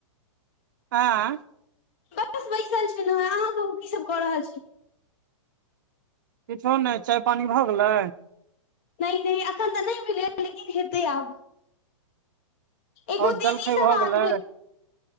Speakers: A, on the right; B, on the left.
A: हँ।
B: बस बैसल छलौं हें अहाँ कहू की सभ कऽ रहल छी।
A: किछो नय चाय पानि भऽ गेलै।
B: नय नय एखन तऽ नै भेलैये लेकिन हेतै आब। एगो
A: आओर
B: दीदी
A: जलखै
B: सँ
A: भऽ
B: बात
A: गेलै
B: भेलै